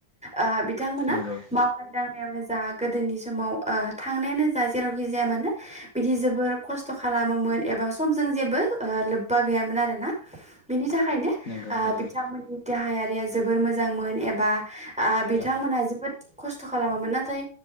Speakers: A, in the centre; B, on the left (about 50°).
A: ओ। बिथांमोना
B: नंगौ
A: मावनाय दांनायावनो जा गोदोनि समाव ओ थांनायानो जेरावखि जाया मानो बिदि जबोर खस्थ' खालामोमोन एबा समजों जेबो लोब्बा गै यामोन आरोना। बिनि बिनि थाखायनो
B: नंगौ नंगौ
A: बिथांमोननि देहायारिया जोबोर मोजांमोन एबा ओ बिथांमोनहा
B: औ
A: जोबोद खस्थ' खालामोमोन नाथाय